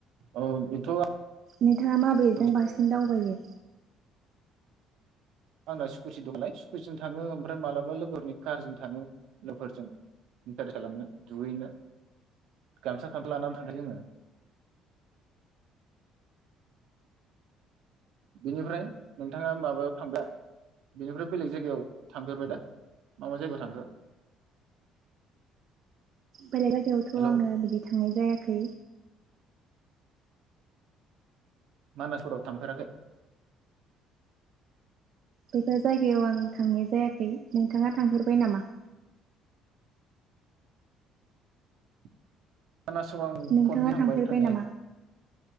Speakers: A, on the right; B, on the right.
A: औ बेथ'
B: नोंथाङा माबेजों
A: आं
B: बांसिन दावबायो।
A: आंना स्कुटि दं नालाय स्कुटिजों थाङो ओमफ्राय मालाबा लोगोफोरनि कारजों थाङो लोगोफोरजों इन्टारेस्ट खालामनो दुगैनो गामसा खाट लानानै थाङो जोङो। बिनिफ्राय नोंथाङा माबायाव थांबाय बिनिफ्राय बेलेग जायगायाव थांफेरबाय दा मा मा जायगायाव थांखो।
B: बेलेग जायगायावथ'
A: हेलौ
B: आङो बिदि थांनाय जाया खै
A: मानासफोराव थांफेराखै
B: बेफोर जायगायाव आं थांनाय जाया खै नोंथाङा थांफेरबाय नामा?
A: <inaudible> मानासाव आं
B: नोंथाङा
A: खननै थांबाय
B: थांफेरबाय
A: थांनाया
B: नामा